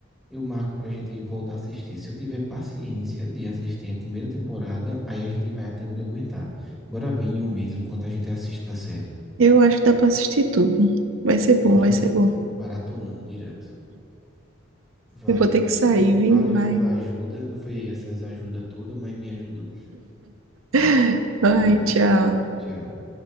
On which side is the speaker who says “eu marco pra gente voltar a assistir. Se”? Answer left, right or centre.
Centre